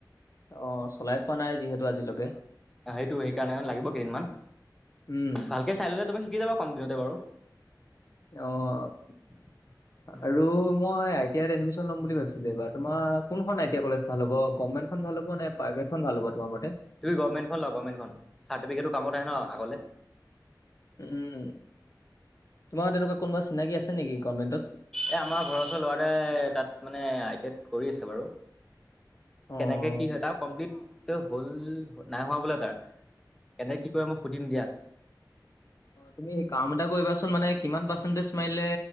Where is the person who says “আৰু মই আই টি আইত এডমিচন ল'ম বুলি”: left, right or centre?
Left